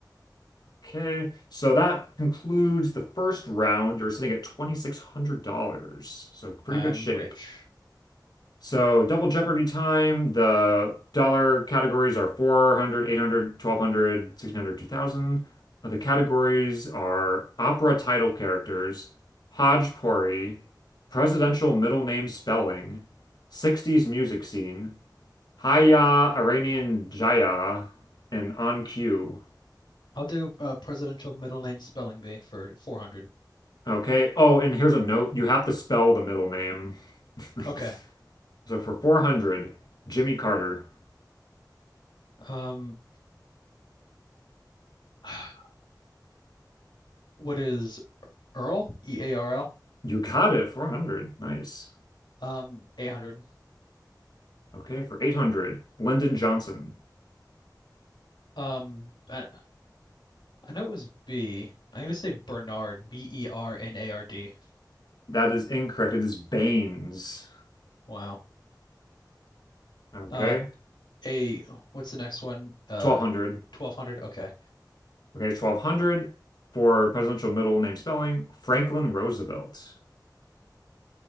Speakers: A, on the left (about 65°); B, on the left (about 80°).
A: Okay, so that concludes the first round. You're sitting at $2,600, so pretty
B: I'm
A: good shape.
B: rich.
A: So Double Jeopardy time, the dollar categories are 400, 800, 1200, 1600, 2000. Uh, The categories are opera title characters, hodgepodge, presidential middle name spelling, 60s music scene, Haya Iranian Jaya, and On Cue.
B: I'll do uh, presidential middle name spelling bee for 400.
A: Okay. Oh, and here's a note. You have to spell the middle name. <laughs>
B: Okay.
A: So for 400, Jimmy Carter.
B: Um, <sighs> what is Earl? E A R L.
A: You got it, 400. Nice.
B: Um, 800.
A: Okay, for 800, Lyndon Johnson.
B: Um, I, I know it was B. I'm gonna say Bernard. B E R N A R D.
A: That is incorrect. It is Baines.
B: Wow.
A: Okay,
B: Uh, a what's the next one? Uh,
A: 1200.
B: 1200. Okay.
A: Okay, 1200 for presidential middle name spelling, Franklin Roosevelt.